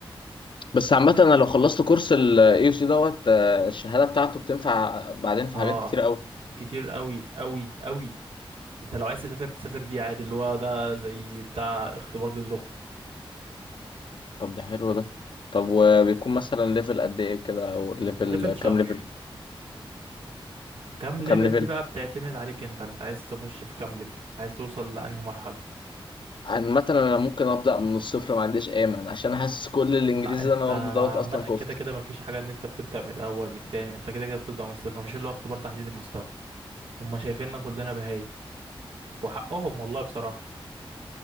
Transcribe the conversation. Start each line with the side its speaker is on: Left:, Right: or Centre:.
Left: بس عامة انا لو خلصت كورس ال AUC دوت آه، الشهادة بتاعته بتنفع بعدين في
Right: اه
Left: حاجات كتير قوي
Right: كتير قوي قوي قوي انت لو عايز تسافر تسافر بيه عادي اللي هو ده زي بتاع اختبار للغة
Left: طب ده حلو ده طب وبيكون مثلا ليفل قد ايه كده او ليفل
Right: ليفل
Left: كام
Right: شهر
Left: ليفل
Right: كام
Left: وكام
Right: ليفل
Left: ليفل
Right: دي بقى بتعتمد عليك انت انت عايز تخش في كام ليفل عايز توصل لأنهي مرحلة
Left: عامة انا ممكن ابدأ من الصفر ما عنديش اي مانع عشان حاسس كل الانجليزي
Right: لا انت
Left: اللي انا واخده دوت
Right: عامة
Left: اصلا
Right: كده
Left: كفتة
Right: كده مفيش حاجة ان انت بتبدأ من الأول من التاني انت كده كده بتبدأ من الصفر مفيش اللي هو اختبار تحديد المستوى هما شايفيننا كلنا بهايم وحقهم والله بصراحة